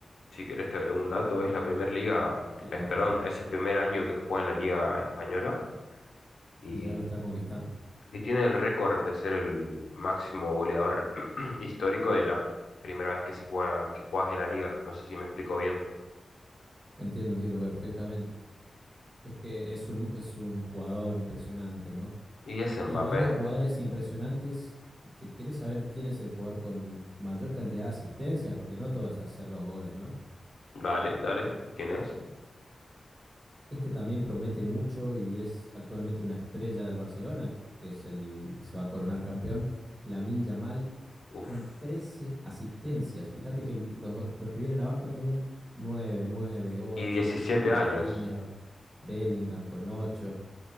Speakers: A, on the left; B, on the right.
A: si querés te agrego un dato, es la primera liga,
B: Sí,
A: es,
B: por
A: perdón,
B: favor.
A: es el primer año que juega en la liga española y,
B: Y ya la está conquistando.
A: y tiene el récord de ser el máximo goleador <clears throat> histórico de la primera vez que se juega, que juegas en la liga. No sé si me explico bien.
B: Entiendo, entiendo perfectamente. Es que es un, es un jugador impresionante, ¿no?
A: Y es
B: Y
A: Mbappé.
B: hablando de jugadores impresionantes, ¿te quieres saber quién es el jugador con mayor cantidad de asistencias? Porque no todos hacer los goles, ¿no?
A: Dale, dale. ¿Quién es?
B: Este también promete mucho y es actualmente una estrella del Barcelona, que es el que se va a coronar campeón, Lamine Yamal,
A: Uf.
B: con 13 asistencias. Fíjate que los, los que vienen abajo tienen nueve, nueve, ocho,
A: Y diecisiete
B: ¿no? Rafinha,
A: años.
B: Bellingham con 8.